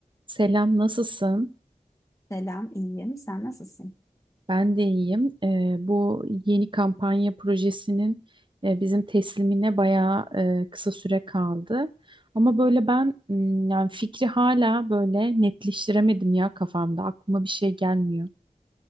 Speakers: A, on the right; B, on the left.
A: Selam, nasılsın?
B: Selam, iyiyim. Sen nasılsın?
A: Ben de iyiyim. Ee, bu yeni kampanya projesinin e, bizim teslimine bayağı e, kısa süre kaldı. Ama böyle ben m, yani fikri hala böyle netleştiremedim ya kafamda. Aklıma bir şey gelmiyor.